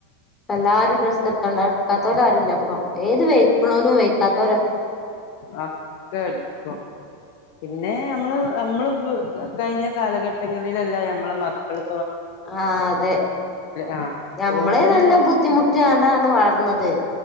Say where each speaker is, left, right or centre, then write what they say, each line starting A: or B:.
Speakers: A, on the left; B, on the left.
A: എല്ലാരും ഡ്രസ്സ് <unintelligible> ഇട്ക്കാത്തോലാരുല്ലപ്പം ഏത് വെയ്ക്കുണോനും വെയ്കാത്തോരൊ
B: അക്കെ ടുക്കും പിന്നെ അമ്മള് അമ്മള് പ്പ് ക കഴിഞ്ഞ കാലഘട്ടങ്ങളിലല്ല ഞമ്മളെ മക്കള്
A: ആ അതെ
B: ആഹ്
A: ഞമ്മളെ
B: ഓല്ന്ന്
A: നല്ല ബുദ്ധിമുട്ടി ണ്ട ന്ന് വള ന്നത്